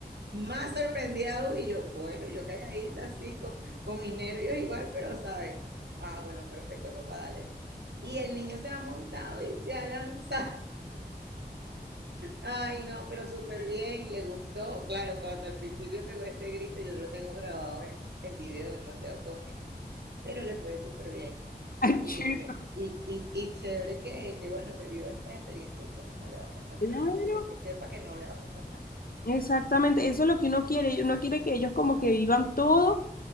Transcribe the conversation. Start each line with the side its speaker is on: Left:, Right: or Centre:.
Right: más sorprendido. Y yo, bueno, yo calladita así, con, con mis nervios igual, pero, ¿sabes? Ah, bueno, perfecto, papá, dale, y el niño se ha montado y se ha lanzado. Ay, no, pero súper bien, le gustó. Claro, cuando al principio pegó ese grito, yo lo tengo grabado en, en video, demasiado cómico, pero le fue súper bien.
Left: Ay,
Right: Y,
Left: chico.
Right: me- y, y, y chévere que, que, bueno, que viva esa experiencia y que no le va a pasar
Left: Claro.
Right: nada, porque que sepa que no le va a pasar nada.
Left: Exactamente, eso es lo que uno quiere. y Uno quiere que ellos como que vivan todo